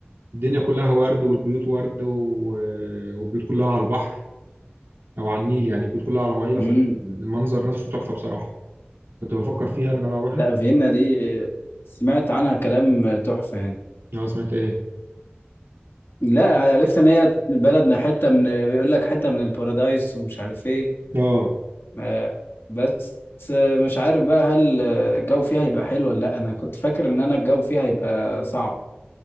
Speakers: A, on the right; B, on the left.
A: الدنيا كلها ورد والبيوت ورد و... والبيوت كلها على البحر او على النيل يعني البيوت كلها على ميه
B: مم.
A: فالمنظر نفسه تحفه بصراحه كنت بفكر فيها ان انا اروح
B: لا
A: اه
B: فيينا دي سمعت عنها كلام تحفة يعني
A: آه، سمعت ايه
B: لا عرفت ان هي بلد من حتة من بيقول لك حتة من البارادايس ومش عارف ايه
A: اه
B: آه، بس آه، مش عارف بقى هل آه، الجو فيها هيبقى حلو ولا لا انا كنت فاكر ان انا الجو فيها هيبقى صعب